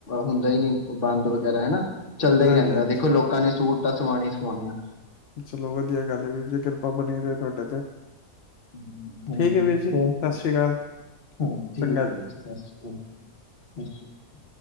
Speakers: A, on the left; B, on the left.
A: ਹੁੰਦਾ ਹੀ ਨਹੀਂੀ ਬੰਦ ਵਗੈਰਾ ਹਨਾ ਚੱਲਦਾ ਹੀ
B: ਹਾਂਜੀ,
A: ਰਹਿੰਦਾ
B: ਹਾਂਜੀ
A: ਦੇਖੋ ਲੋਕਾਂ ਨੇ ਸੂਟ ਤਾਂ ਸਵਾਣੀ ਹੀ ਸਵਾਣੀ ਆ
B: ਚਲੋ ਵਧੀਆ ਗੱਲ ਵੀਰ ਜੇ ਕਿਰਪਾ ਬਣੀ ਰਹੇ ਤੁਹਾਡੇ ਤੇ
A: ਹ ਹਾਂਜੀ
B: ਠੀਕ ਹੈ ਵੀਰ ਜੀ
A: ਹੋਰ
B: ਸਤਿ ਸ੍ਰੀ ਅਕਾਲ
A: ਹਾਂ ਠੀਕ
B: ਚੰਗਾ
A: ਸਤਿ
B: ਜੀ।
A: ਸ੍ਰੀ ਅਕਾਲ ਸ ਸ਼੍ਰੀ ਅ